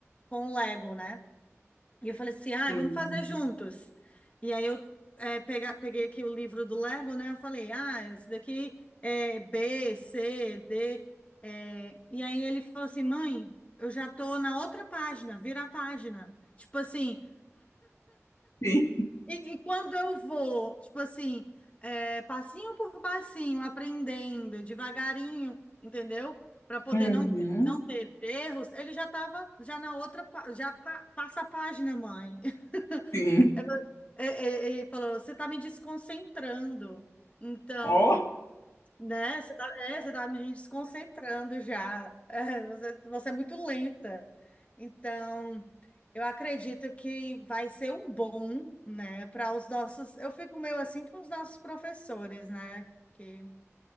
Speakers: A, on the left (about 25°); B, on the left (about 90°).
A: com Lego, né? E eu falei assim, ah,
B: Sim.
A: vamos fazer juntos. E aí eu é, pega- peguei aqui o livro do Lego, né? Eu falei, ah, esse daqui é B, C, D. é. E aí ele falou assim, mãe, eu já tô na outra página, vira a página. Tipo assim,
B: Sim.
A: e, e quando eu vou, tipo assim, é, passinho por passinho, aprendendo, devagarinho, entendeu? Para poder
B: Uhum.
A: não, ter- não ter erros, ele já estava já na outra, pá- já pa- passa a página, mãe. <laughs>
B: Sim.
A: Ele falou, "É, é, é", falou, você está me desconcentrando. Então.
B: Ó.
A: Né? Você tá, é, você tá me desconcentrando já. É, você, você é muito lenta. Então, eu acredito que vai ser um bom, né, para os nossos. Eu fico meio assim com os nossos professores, né, que